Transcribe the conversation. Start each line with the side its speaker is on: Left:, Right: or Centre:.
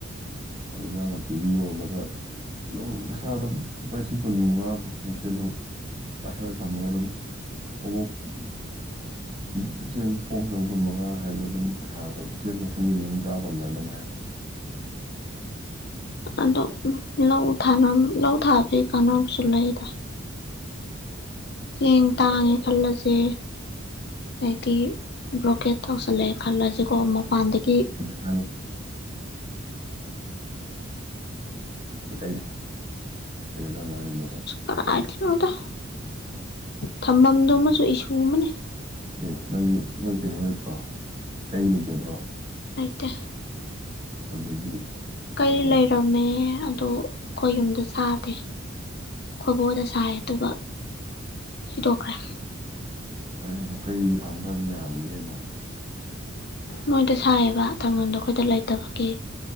Right: ꯑꯗꯨ ꯏꯟꯖꯥꯡ ꯅꯄꯤꯖꯤ ꯌꯣꯜꯂꯒ꯫ ꯑꯗꯨꯝ ꯄꯩꯁꯥꯗꯣ ꯂꯨꯄꯥ ꯂꯤꯁꯤꯡ ꯀꯨꯟ ꯃꯉꯥ ꯃꯨꯛꯁꯦ ꯑꯗꯨꯝ ꯄꯥꯏꯁꯥꯜꯂ ꯊꯝꯃꯣ ꯑꯗꯨꯝ <unintelligible>
Left: <inaudible>
Right: ꯆꯦꯡ ꯄꯣꯝ ꯆꯝ ꯀꯨꯟꯃꯉꯥ ꯍꯥꯏꯔꯗꯤ ꯑꯗꯨꯝ ꯄꯩꯁꯥꯗꯣ ꯆꯦꯡꯒ ꯆꯍꯤ ꯅꯨꯃꯤꯠ <unintelligible> ꯀꯣꯟꯅꯔꯝꯗꯃꯤ ꯍꯥꯏꯕ
Left: ꯑꯗꯣ ꯂꯧ ꯊꯥꯅꯕ ꯂꯧ ꯊꯥꯕꯒꯤ ꯀꯥꯅꯕꯁꯨ ꯂꯩꯗ ꯆꯦꯡ ꯇꯥꯡꯉꯦ ꯈꯜꯂꯁꯦ ꯍꯥꯏꯗꯤ ꯕ꯭ꯂꯣꯀꯦꯠ ꯇꯧꯁꯜꯂꯛꯑꯦ ꯈꯜꯂꯁꯦꯀꯣ ꯃꯄꯥꯟꯗꯒꯤ
Right: ꯅꯪ <unintelligible> <unintelligible> ꯀꯩꯅꯣ ꯅꯪ ꯉꯥꯡꯉꯤꯗꯣꯕꯣ
Left: ꯀꯔꯥꯏ ꯗꯩꯅꯣꯗ ꯊꯝꯐꯝꯗꯨꯃꯁꯨ ꯏꯁꯨ ꯑꯃꯅꯤ
Right: ꯑꯦ ꯅꯪ ꯅꯣꯏ ꯀꯩꯅꯣ ꯂꯩꯇ꯭ꯔꯣ ꯀꯩ ꯂꯩꯖꯗ꯭ꯔꯣ
Left: ꯂꯩꯇꯦ
Right: ꯑꯗꯨꯗꯤ
Left: ꯀꯩ
Right: ꯈꯪꯗ꯭ꯔꯦ
Left: ꯂꯩꯔꯝꯃꯦ
Right: ꯑꯗꯨ
Left: ꯑꯗꯣ ꯑꯩꯈꯣꯏ ꯌꯨꯝꯗꯣ ꯁꯥꯗꯦ ꯑꯩꯈꯣꯏꯕꯣꯛ ꯍꯣꯏꯗ ꯁꯥꯏꯌꯦ ꯑꯗꯨꯒ ꯁꯤꯗꯣꯛꯈ꯭ꯔꯦ
Right: ꯀꯔꯤꯒꯤꯅꯣ ꯀꯩꯗꯤ ꯊꯥꯡꯗꯣꯛ ꯊꯥꯡꯖꯤꯟ ꯌꯥꯕꯅꯤ ꯀꯩꯅꯣ꯫
Left: ꯃꯣꯏꯗ ꯁꯥꯏꯌꯦꯕ ꯊꯝꯕꯝꯗꯣ ꯑꯩꯈꯣꯏꯗ ꯂꯩꯇꯕꯒꯤ